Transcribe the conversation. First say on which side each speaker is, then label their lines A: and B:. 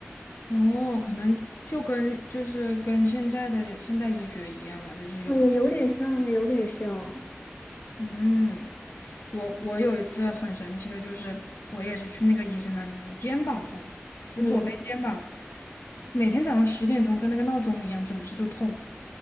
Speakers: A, on the left; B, on the left.
A: 哦，可能就跟就是跟现在的现代医学一样吧，就是有，
B: 哦，也有点像，有点像。
A: 嗯，我我有一次很神奇的，就是我也是去那个医生那里嘛，我肩膀痛，我左边肩膀
B: 嗯
A: 每天早上十点钟跟那个闹钟一样准时就痛，